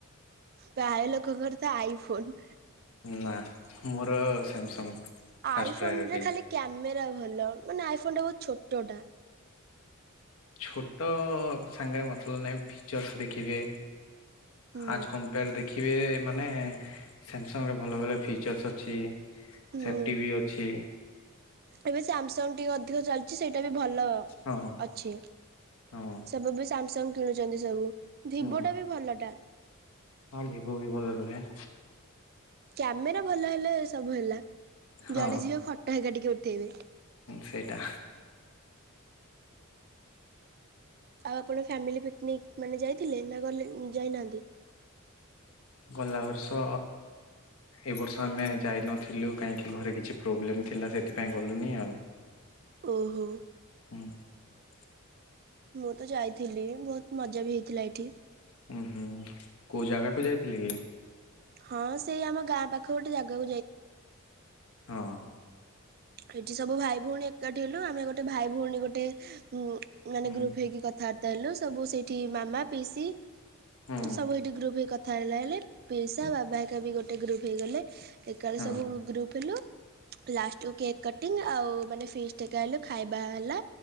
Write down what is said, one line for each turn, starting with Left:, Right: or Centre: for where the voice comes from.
Right: ପ୍ରାୟଲୋକଙ୍କର ତ ଆଇଫୋନ।
Left: ନା, ମୋର ସାମସଙ୍ଗ।
Right: ଆଇଫୋନରେ
Left: ଫାଷ୍ଟ ପ୍ରାୟୋରିଟି
Right: ଖାଲି କ୍ୟାମେରା ଭଲ, ମାନେ ଆଇଫୋନ ଟା ବହୁତ ଛୋଟଟା।
Left: ଛୋଟ ସାଙ୍ଗରେ ମତଲବ ନାହିଁ। ଫିଚର୍ସ ଦେଖିବେ
Right: ହୁଁ
Left: ଆଜ କମ୍ପେୟାର ଦେଖିବେ ମାନେ ସାମସଙ୍ଗରେ ଭଲଭଲ ଫିଚର୍ସ ଅଛି।
Right: ହୁଁ,
Left: ସେଫ୍ଟି ବି ଅଛି
Right: ଏବେ ସାମସଙ୍ଗ ଟିକେ ଅଧିକ ଚାଲିଛି। ଛି ସେଇଟା ବି ଭଲ
Left: ହଁ
Right: ଅଛି,
Left: ହଁ
Right: ସବୁବି ସାମସଙ୍ଗ କିଣୁଛନ୍ତି ସବୁ। ଭିଭୋ
Left: ହୁଁ
Right: ଟା ବି ଭଲଟା।
Left: ହଁ ଭିବ ବି ଭଲ ରୁହେ।
Right: କ୍ୟାମେରା ଭଲ ହେଲେ ସବୁ ହେଲା,
Left: ହଁ
Right: ଯୁଆଡେ ଯିବେ ଫଟୋ ହେକା ଟିକେ ଉଠେଇବେ।
Left: ସେଇଟା।
Right: ଆଉ ଆପଣ ଫ୍ୟାମିଲି ପିକନିକ ମାନେ ଯାଇଥିଲେ ନା ଗଲେ ଯାଇନାହାନ୍ତି?
Left: ଗଲା ବର୍ଷ ଏ ବର୍ଷ ଆମେ ଯାଇନଥିଲୁ କାହିଁକି ଘରେ କିଛି ପ୍ରୋବ୍ଲେମ ଥିଲା। ସେଥିପାଇଁ ଗଲୁନି ଆଉ
Right: ଓହୋ।
Left: <unintelligible>
Right: ମୁଁ ତ ଯାଇଥିଲି ବହୁତ ମଜାବି ହେଇଥିଲା ଏଇଠି।
Left: ଉୁଁ ହୁଁ, କୋଉ ଜାଗାକୁ ଯାଇଥିଲେ କି?
Right: ହଁ ସେଇ ଆମ ଗାଁ ପାଖ ଗୋଟେ ଜାଗା
Left: ହଁ।
Right: ଏଠି ସବୁ ଭାଇଭଉଣୀ ଏକାଠି ହେଲୁ, ଆମେ ଗୋଟେ ଭାଇଭଉଣୀ ଗୋଟେ ଉଁ ମାନେ
Left: ହୁଁ
Right: ଗ୍ରୁପ ହେଇକି କଥାବାର୍ତ୍ତା ହେଲୁ ସବୁ ସେଇଠି ମାମା ପିସି।
Left: ହୁଁ
Right: ସବୁ ଏଇଠି ଗ୍ରୁପ୍ ହେଇ କଥା ହେଲାହେଲେ, ପିଇସା ବାବା ହେକାବି ଗୋଟେ ଗ୍ରୁପ୍ ହେଇଗଲେ। ଏକାଠି
Left: ହଁ
Right: ସବୁ ଗ୍ରୁପ ହେଲୁ ଲାଷ୍ଟ କେକ୍ କଟିଙ୍ଗ ଆଉ ମାନେ ଫିସ୍ ଟେକା ହେଲୁ ଖାଇବା ହେଲା